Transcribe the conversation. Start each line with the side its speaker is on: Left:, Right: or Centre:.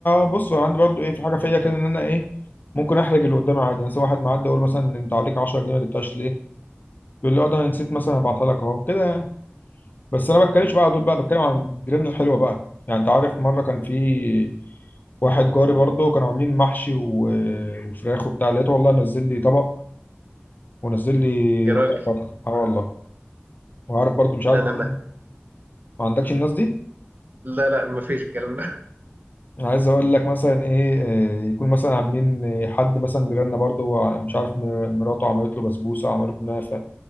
Left: ب- بص انا عندي برضو ايه في حاجه فيا كده ان انا ايه ممكن احرج اللي قدامي عادي مثلا واحد معدي اقول مثلا انت عليك 10 جنيه ما جبتهاش ليه يقول لي اه ده انا نسيت مثلا ابعتها لك اهو كده يعني بس انا ما بتكلمش بقى على طول بقى بتكلم عن جيراننا الحلوه بقى يعني انت عارف مره كان في واحد جاري برضه كانوا عاملين محشي و- وفراخ وبتاع لقيته والله نزل لي طبق ونزل لي
Right: يا
Left: ربع
Right: راجل
Left: فرخه اه والله وعارف برضه مش
Right: لا
Left: عارف
Right: لا
Left: مين.
Right: ما...
Left: ما عندكش الناس دي
Right: لا لا ما فيش الكلام ده
Left: انا عايز اقول لك مثلا ايه آه، يكون مثلا عاملين آه، حد مثلا جيراننا برضه هو مش عارف مر- مراته عملت له بسبوسه عملوا كنافه